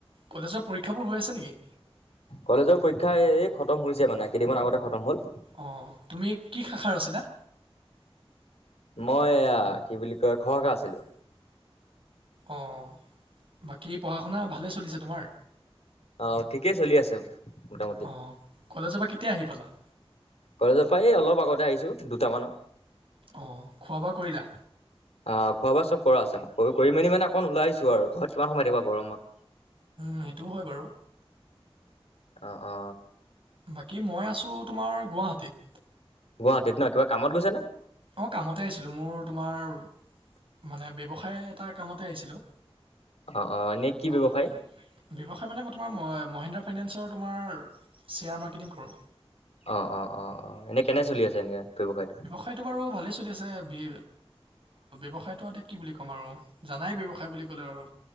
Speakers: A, on the right (about 60°); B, on the left (about 85°).
A: কলেজৰ পৰীক্ষাবোৰ হৈ আছে নেকি?
B: কলেজৰ পৰীক্ষা এই খতম হৈছে মানে কেইদিনমান আগতে খতম হল।
A: অঁ তুমি কি শাখাৰ আছিলা?
B: মই এ কি বুলি কয় খৰ খা আছিলো।
A: অঁ বাকী পঢ়া শুনা ভালেই চলিছে তোমাৰ?
B: অ ঠিকেই চলি আছে। মোটামুটি
A: অ কলেজৰ পৰা কেতিয়া আহি পালা?
B: কজৰ পৰা এই অলপ আগতে আহিছো দুটামানত।
A: অঁ খোৱা বোৱা কৰিলা?
B: অ খোৱা বোৱা চব কৰা আছে অ কৰি মেলি মানে অকণ ওলাইিছো আৰু ঘৰত কিমান সময় থাকিব গৰমত।
A: সেইটোও হয় বাৰু।
B: অ অ।
A: বাকী মই আছোঁ তোমাৰ গুৱাহাটীত।
B: গুৱাহাটত নহ কিবা কামত গৈছেনে?
A: অঁ কামতে আহিছিলোঁ মোৰ তোমাৰ মানে ব্যৱসায় এটা কামতে আহিছিলোঁ।
B: অ', অ, নে কি
A: অঁ
B: ব্যৱসায়?
A: ব্যৱসায় মানে মই তোমাৰ মহিন্দ্ৰা ফাইনেন্সৰ তোমাৰ শ্বেয়াৰ মাৰ্কেটিং কৰো।
B: অ', অ, অ, অ, এনেই কেনে চলি আছে। এনে ব্যৱসায়টো
A: টো বাৰু ভালে চলি আছে। বি ব্যৱসায়তো এতে কি বুলি ক'ম আৰু জানাই ব্যয়ৱসায় বুলি ক'লে আৰু